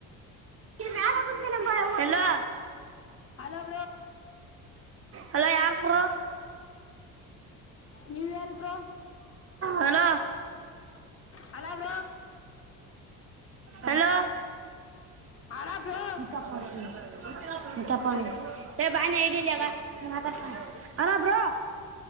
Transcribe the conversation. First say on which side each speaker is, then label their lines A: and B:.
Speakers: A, on the right; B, on the left.
A: ಯಾರ ಕುಕ ನ <inaudible> ಹಲೋ.
B: ಹಲೋ.
A: ಹಲೋ ಯಾಕ್ bro.
B: New year bro
A: hello
B: hello bro.
A: Hello.
B: ಅಲ್ಲ ಬ್ರೋ
A: ಈ ಕಪ್ಪಾಸ <inaudible> <unintelligible> <inaudible> ತ್ತ ಪ ರ ಬ ಡಗ <inaudible> ಹಲೋ ಬ್ರೋ.